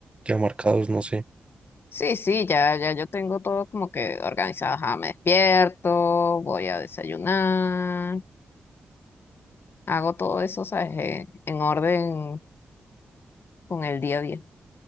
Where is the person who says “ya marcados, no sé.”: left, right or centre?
Right